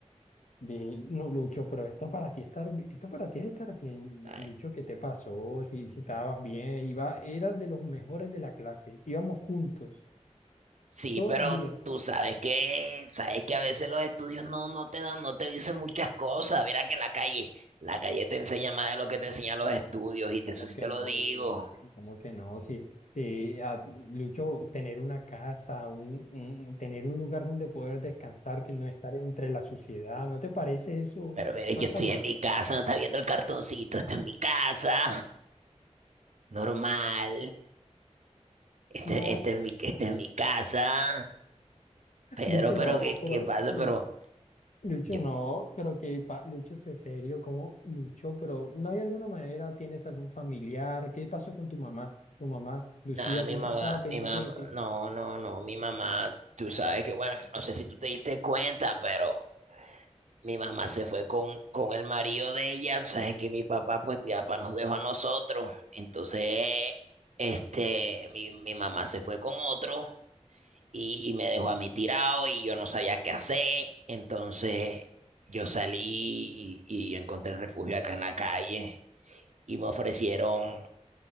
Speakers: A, on the left; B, on the right.
A: De, no, Lucho, pero esto para ti estar, bi- esto para ti es estar bien.
B: Ay,
A: Eh, Lucho, ¿qué te pasó? Si, si estabas bien, iba, eras de los mejores de la clase, íbamos juntos,
B: Sí,
A: todos
B: pero
A: los días.
B: tú sabes que, sabes que a veces los estudios no, no te dan, no te dicen muchas cosas. Mira que la calle, la calle te enseña más de lo que te enseñan los estudios, y te,
A: ¿Cómo
B: eso sí
A: que
B: te
A: no,
B: lo digo.
A: Lucho? ¿Cómo que no? Si, si a- Lucho, tener una casa, un, un- tener un lugar donde poder descansar, que no estar entre la suciedad, ¿no te parece eso
B: Pero mire,
A: más
B: yo estoy
A: saludable?
B: en mi casa, no estás viendo el cartoncito, está en mi casa, normal. Este,
A: No,
B: este es mi, este es mi casa. Pedro,
A: Lucho,
B: pero
A: no,
B: ¿qué,
A: pero
B: qué pasa?
A: Lucho.
B: Pero
A: Lucho,
B: yo,
A: no, pero que pa- Lucho, sé serio, ¿cómo Lucho? Pero ¿no hay alguna manera? ¿Tienes algún familiar? ¿Qué pasó con tu mamá? Tu mamá, Lucía,
B: nada, mi
A: siempre
B: mamá,
A: estaba pendiente
B: mi mamá,
A: de ti.
B: no, no, no, mi mamá, tú sabes que, bueno, yo no sé si tú te diste cuenta, pero. mi mamá se fue con, con el marido de ella, sabes que mi papá pues ya pa nos dejó a nosotros, entonces este, mi, mi mamá se fue con otro y, y me dejó a mí tirado y yo no sabía qué hacer, entonces yo salí y, y yo encontré refugio acá en la calle y me ofrecieron,